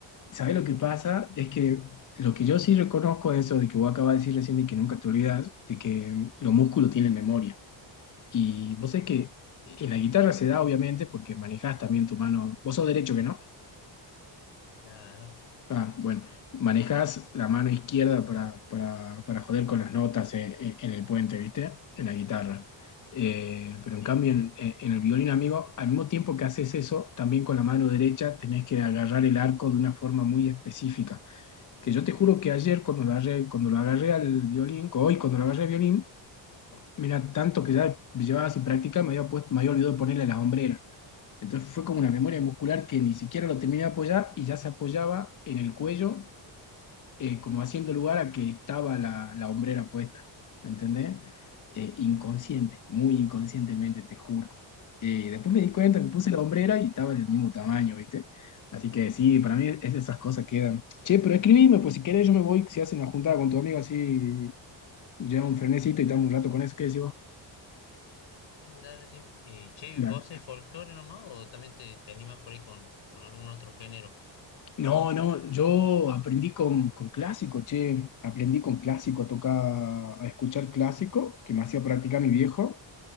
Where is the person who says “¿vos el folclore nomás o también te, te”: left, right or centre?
Left